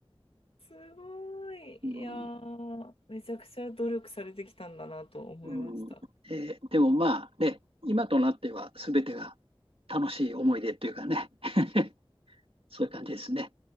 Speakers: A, on the left; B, on the right.
A: すごい。
B: うん
A: いやー、めちゃくちゃ努力されてきたんだなと思いました。
B: うんえーでもまあね、今となっては全てが楽しい思い出というかね、<laughs> そういう感じですね。